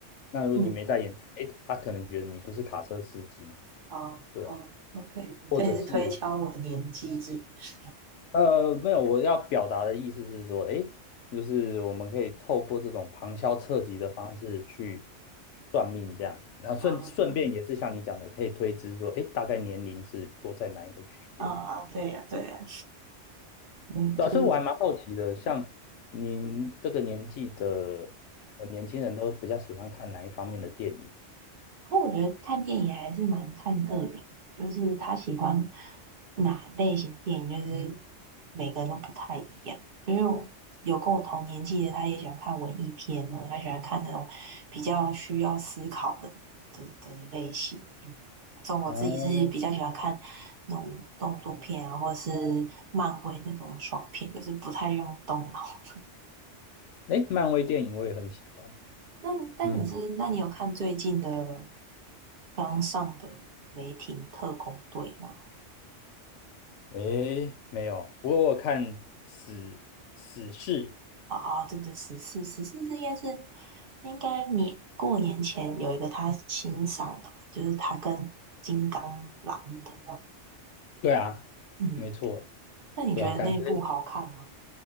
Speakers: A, on the left; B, on the right.
A: 那如果你没戴眼镜，
B: 嗯，
A: 诶，他可能觉得你就是卡车司机，
B: 哦哦，OK，
A: 对啊，或者是
B: 所以你是推敲我的年纪是不是？
A: 呃，没有，我要表达的意思是说，诶，就是我们可以透过这种旁敲侧击的方式去算命，这样，然后顺顺便也是像你讲的，
B: 啊，嗯，
A: 可以推知说，诶，大概年龄是落在哪一个区间，
B: 啊，对呀，对呀，嗯，
A: 对啊，
B: 就是。
A: 所以我还蛮好奇的，像您这个年纪的呃年轻人都比较喜欢看哪一方面的电影？
B: 不我觉得看电影还是蛮看个人的，就是他喜欢哪类型的电影，就是每个人都不太一样。就是我有跟我同年纪的，他也喜欢看文艺片啊，他喜欢看那种比较需要思考的的的类型。嗯，所以我自己是比较喜欢看那种动作片啊，
A: 哦，
B: 或者是漫威那种爽片，就是不太用动脑。
A: 诶，漫威电影我也很喜欢。
B: 那但你是，
A: 嗯，
B: 那你有看最近的刚上的《雷霆特工队》吗？
A: 诶，没有，不过我看死死侍，
B: 啊啊，对对，十四十四这应该是应该年过年前有一个他新上的吧，就是他跟金刚狼的。
A: 对啊，
B: 嗯，
A: 没错，
B: 那你觉得那部好看吗？
A: 对啊，感觉